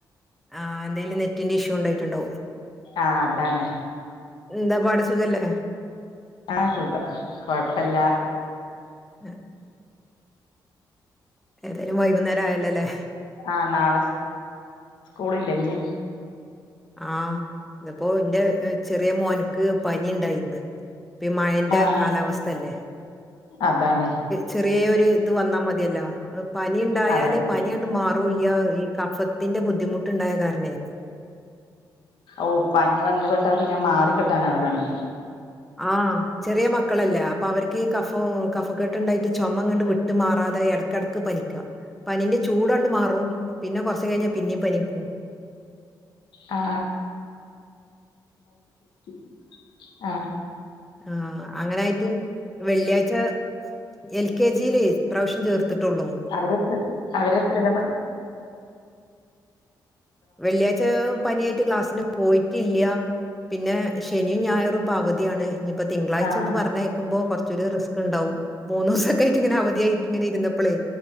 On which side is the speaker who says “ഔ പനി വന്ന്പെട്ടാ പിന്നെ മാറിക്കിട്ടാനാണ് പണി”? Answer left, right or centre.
Left